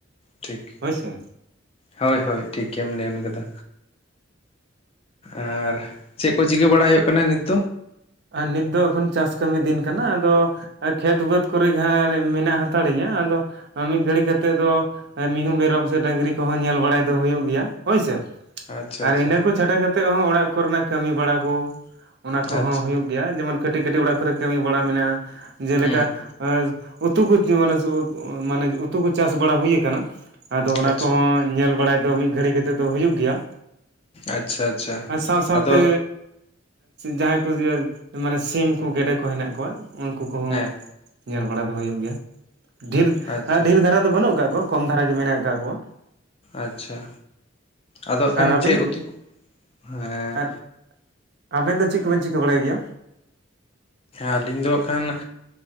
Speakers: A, on the left (about 30°); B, on the right (about 55°).
A: ᱴᱷᱤᱠ
B: ᱦᱳᱭ ᱥᱮ᱾
A: ᱦᱳᱭ ᱦᱳᱭ ᱴᱷᱤᱠ ᱜᱮᱢ ᱞᱟᱹᱭᱟᱢ ᱠᱟᱫᱟ ᱟᱨ ᱪᱮᱫ ᱠᱚ ᱪᱤᱠᱟᱹ ᱵᱟᱲᱟ ᱦᱩᱭᱩᱜ ᱠᱟᱱᱟ ᱱᱤᱛ?
B: ᱟᱨ ᱱᱤᱛ ᱫᱚ ᱮᱠᱷᱚᱱ ᱪᱟᱥ ᱠᱟᱹᱢᱤ ᱫᱤᱱ ᱠᱟᱱᱟ ᱟᱫᱚ ᱟᱨ ᱠᱷᱮᱛ ᱵᱟᱹᱫᱽ ᱠᱚᱨᱮ ᱡᱟᱦᱟᱸ ᱢᱮᱱᱟᱜ ᱦᱟᱛᱟᱲᱜᱤᱭᱟᱹ ᱟᱫᱚ- ᱢᱤᱫ ᱜᱷᱟᱹᱲᱤ ᱠᱟᱛᱮᱫ ᱫᱚ ᱢᱤᱦᱩ ᱢᱮᱨᱚᱢ ᱥᱮ ᱰᱟᱹᱝᱨᱤ ᱠᱚᱦᱚᱸ ᱧᱮᱞ ᱵᱟᱲᱟᱭ ᱫᱚ ᱦᱩᱭᱩᱜ ᱜᱮᱭᱟ ᱦᱳᱭᱥᱮ
A: ᱟᱪᱪᱷᱟ
B: ᱟᱨ
A: ᱟᱪᱪᱷᱟ
B: ᱤᱱᱟᱹ ᱠᱚ ᱪᱷᱟᱰᱟ ᱠᱟᱛᱮ ᱦᱚᱸ ᱚᱲᱟᱜ ᱠᱚᱨᱮᱱᱟᱜ ᱠᱟᱹᱢᱤ ᱵᱟᱲᱟ ᱠᱚ ᱚᱱᱟ ᱠᱚᱦᱚᱸ
A: ᱟᱪᱪᱷᱟ
B: ᱭᱟ ᱡᱮᱢᱚᱱ ᱠᱟᱹᱴᱤᱡ ᱠᱟᱹᱴᱤᱡ ᱚᱲᱟᱜ ᱠᱚᱨᱮ ᱠᱟᱹᱢᱤ ᱵᱟᱲᱟ ᱢᱮᱱᱟᱜᱼᱟ ᱡᱮᱞᱮᱠᱟ
A: ᱦᱩᱸ
B: ᱩᱛᱩ ᱠᱚ ᱢᱟᱱᱮ ᱢᱟᱱᱮ ᱩᱛᱩ ᱠᱚ ᱪᱟᱥ ᱵᱟᱲᱟ ᱦᱩᱭ ᱠᱟᱱᱟ᱾ ᱟᱫᱚ ᱚᱱᱟ
A: ᱟᱪᱪᱷᱟ
B: ᱠᱚᱦᱚᱸ ᱧᱮᱞ ᱵᱟᱲᱟᱭ ᱫᱚ ᱢᱤᱫ ᱜᱷᱟᱹᱲᱤ ᱠᱟᱛᱮᱫ ᱫᱚ ᱦᱩᱭᱩᱜ ᱜᱮᱭᱟ᱾
A: ᱟᱪᱪᱷᱟ ᱟᱪᱪᱷᱟ
B: ᱟᱨ ᱥᱟᱶ ᱥᱟᱶᱛᱮ
A: ᱟᱫᱚ
B: ᱡᱟᱦᱟᱸᱭ ᱠᱚ ᱢᱟᱱᱮ ᱥᱤᱢ ᱠᱚ ᱜᱮᱰᱮ ᱠᱚ ᱦᱮᱱᱟᱜ ᱠᱚᱣᱟ ᱩᱱᱠᱩ ᱠᱚᱦᱚᱸ
A: ᱦᱮᱸ
B: ᱧᱮᱞ ᱵᱟᱲᱟ ᱫᱚ ᱦᱩᱭᱩᱜ ᱜᱮᱭᱟ ᱰᱷᱮᱨ
A: ᱟᱪᱪᱷᱟ
B: ᱰᱷᱮᱨ ᱫᱷᱟᱨᱟ ᱫᱚ ᱵᱟᱹᱱᱩᱜ ᱟᱠᱟᱜ ᱠᱚᱣᱟ ᱠᱚᱢ ᱫᱷᱟᱨᱟ ᱜᱮ ᱢᱮᱱᱟᱜ ᱟᱠᱟᱫ ᱠᱚᱣᱟ᱾
A: ᱟᱪᱪᱷᱟ ᱟᱫᱚ ᱦᱟᱜ
B: ᱟᱨ
A: ᱠᱷᱟᱱ
B: ᱟᱵᱮᱱ
A: ᱪᱮᱫ ᱩᱛᱩ ᱦᱮᱸ
B: ᱟᱨ ᱟᱵᱮᱱ ᱫᱚ ᱪᱮᱫ ᱠᱚᱵᱮᱱ ᱪᱤᱠᱟᱹ ᱵᱟᱲᱟᱭ ᱜᱮᱭᱟ?
A: ᱟᱹᱞᱤᱧ ᱫᱚ ᱦᱟᱜ ᱠᱷᱟᱱ